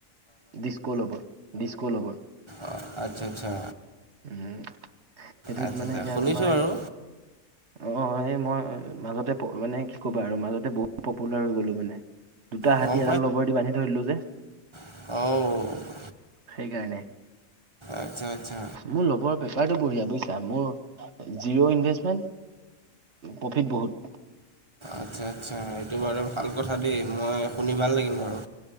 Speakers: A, on the right; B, on the right.
A: ডিস্ক' ল'বৰ ডিস্ক' ল'বৰ।
B: অঁ, আচ্ছা আচ্ছা।
A: উম, সেইটোত
B: আচ্ছা
A: মানে
B: আচ্ছা
A: এতিয়া
B: শুনিছোঁ
A: তোমাৰ
B: বাৰু
A: অ, এই মই মাজতে মানে কি ক'বা আৰু মাজতে বহুত পপুলাৰ হৈ গ'লো মানে। দুটা
B: গম
A: হাতী এডাল লবৰ দি বান্ধি থৈ দলো যে।
B: অঁ।
A: সেইকাৰণে।
B: আচ্ছা আচ্ছা।
A: মোৰ ল'বৰ পেপাৰটো বঢ়িয়া বুজিছা মোৰ জিৰ' ইনভেষ্টমেণ্ট প্ৰফিট বহুত।
B: আচ্ছা আচ্ছা এইেইটো বাৰু ভাল কথা দেই মই শুনি ভাল লাগিল বাৰু।